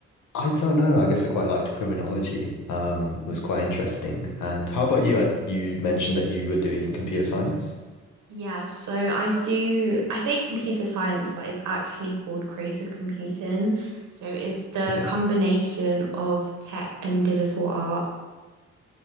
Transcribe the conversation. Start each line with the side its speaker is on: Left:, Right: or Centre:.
Left: I don't know. I guess I quite liked criminology. Um,
Right: Mm.
Left: it was quite interesting. And how about you? I, you mentioned that you were doing computer science.
Right: Yeah, so I do, I say computer science, but it's actually called creative computing. So it's the
Left: Okay.
Right: combination of tech and digital art.